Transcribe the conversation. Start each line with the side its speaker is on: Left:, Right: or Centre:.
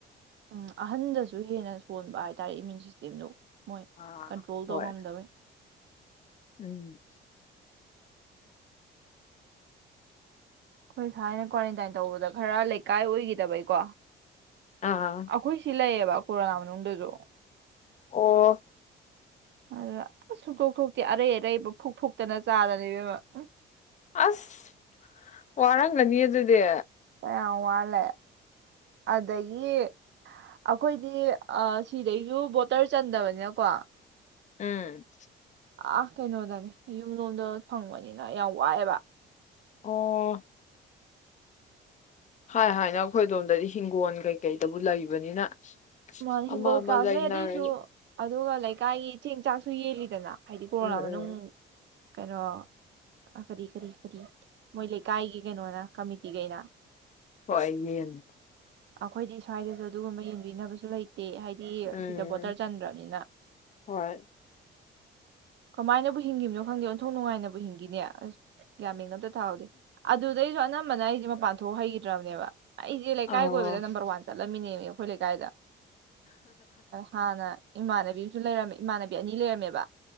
Right: ꯎꯝ ꯑꯍꯟꯗꯁꯨ ꯍꯦꯟꯅ ꯁꯣꯟꯕ ꯍꯥꯏꯇꯥꯔꯦ ꯏꯃ꯭ꯌꯨꯟ ꯁꯤꯁꯇꯦꯝꯗꯨ ꯃꯣꯏ
Left: ꯑꯥ
Right: ꯀꯟꯇ꯭ꯔꯣꯜ ꯇꯧ
Left: ꯍꯣꯏ
Right: ꯉꯝꯗꯕꯩ
Left: ꯎꯝ
Right: ꯑꯩꯈꯣꯏ ꯁꯥꯏꯅ ꯀ꯭ꯋꯥꯔꯦꯟꯇꯥꯏꯟ ꯇꯧꯕꯗ ꯈꯔ ꯂꯩ ꯀꯥꯏ ꯑꯣꯏꯈꯤꯗꯕꯩꯀꯣ
Left: ꯑꯥ
Right: ꯑꯩꯈꯣꯏ ꯁꯤ ꯂꯩꯌꯦꯕ ꯀꯣꯔꯣꯅꯥ ꯃꯅꯨꯡꯗꯁꯨ
Left: ꯑꯣ
Right: ꯑꯗꯨ ꯑ ꯁꯨꯛꯇꯣꯛ ꯊꯣꯛꯇꯦ ꯑꯔꯩ ꯑꯔꯩꯕ ꯐꯨꯛ ꯐꯨꯛꯇꯅ ꯆꯥꯗꯅ ꯏꯕꯦꯝꯃ ꯎ
Left: ꯑꯁ ꯋꯥꯔꯝꯒꯅꯤ ꯑꯗꯨꯗꯤ
Right: ꯀꯌꯥꯝ ꯋꯥꯠꯂꯦ ꯑꯗꯒꯤ ꯑꯩꯈꯣꯏꯗꯤ ꯑ ꯁꯤꯗꯩꯁꯨ ꯕꯣꯇꯔ ꯆꯟꯗꯕꯅꯤꯀꯣ
Left: ꯎꯝ
Right: ꯑ ꯀꯩꯅꯣꯗꯅꯦ ꯌꯨꯝꯂꯣꯝꯗ ꯐꯪꯕꯅꯤꯅ ꯌꯥꯝ ꯋꯥꯏꯑꯦꯕ
Left: ꯑꯣ ꯍꯥꯏ ꯍꯥꯏꯅ ꯑꯩꯈꯣꯏ ꯑꯗꯣꯝꯗꯗꯤ ꯍꯤꯡꯒꯣꯜ ꯀꯩꯀꯩꯗꯕꯨ ꯂꯩꯕꯅꯤꯅ
Right: ꯃꯥꯅ ꯍꯤꯡꯒꯣꯟ
Left: ꯑꯃ ꯑꯃ
Right: ꯀꯥꯗ꯭ꯔꯦ
Left: ꯂꯩꯅꯔꯦ
Right: ꯑꯗꯣꯢꯁꯨ ꯑ ꯑꯗꯨꯒ ꯂꯩꯀꯥꯏꯒꯤ ꯆꯦꯡ ꯆꯥꯛꯁꯨ ꯌꯦꯜꯂꯤꯗꯅ ꯍꯥꯏꯗꯤ ꯀꯣꯔꯣꯅꯥ
Left: ꯎꯝ
Right: ꯃꯅꯨꯡ
Left: ꯎꯝ
Right: ꯀꯩꯅꯣ ꯑ ꯀꯔꯤ ꯀꯔꯤ ꯀꯔꯤ ꯃꯣꯏ ꯂꯩꯀꯥꯏꯒꯤ ꯀꯩꯅꯣꯅ ꯀꯃꯤꯇꯤꯒꯩꯅ
Left: ꯍꯣꯏ ꯌꯦꯟ
Right: ꯑꯩꯈꯣꯏꯗꯤ ꯁ꯭ꯋꯥꯏꯗꯁꯨ ꯑꯗꯨꯒꯨꯝꯕ ꯌꯦꯡꯕꯤꯅꯕꯁꯨ ꯂꯩ ꯗꯦ ꯍꯥꯏꯗꯤ
Left: ꯎꯝ
Right: ꯁꯤꯗ ꯕꯣꯇꯔ ꯆꯟꯗ꯭ꯔꯕꯅꯤꯅ
Left: ꯍꯣꯏ
Right: ꯀꯃꯥꯏꯅꯕꯨ ꯍꯤꯡꯉꯤꯕꯅꯣ ꯈꯪꯗꯦ ꯑꯣꯟꯊꯣꯛ ꯅꯨꯡꯉꯥꯏꯅꯕꯨ ꯍꯤꯡꯉꯤꯅꯦ ꯑꯁ ꯒꯌꯥꯟ ꯃꯦꯟ ꯑꯝ ꯊꯥꯍꯧꯗꯦ ꯑꯗꯨꯗꯩꯁꯨ ꯑꯅꯝꯕꯅ ꯑꯩꯁꯦ ꯃꯄꯥꯟ ꯊꯣꯛ ꯍꯩꯈꯤꯗ꯭ꯔꯕꯅꯦꯕ ꯑꯩꯖꯦ ꯂꯩꯀꯥꯏ
Left: ꯑꯣ
Right: ꯀꯣꯏꯕꯗ ꯅꯝꯕꯔ ꯋꯥꯟ ꯆꯠ ꯆꯃꯤꯟꯅꯦꯃꯤ ꯑꯩꯈꯣꯏ ꯂꯩꯀꯥꯏꯗ ꯍꯥꯟꯅ ꯏꯃꯥꯅꯦ ꯂꯩꯔꯝꯃꯦ ꯏꯃꯥꯟꯅꯕꯤ ꯑꯅꯤ ꯂꯩꯔꯝꯃꯦꯕ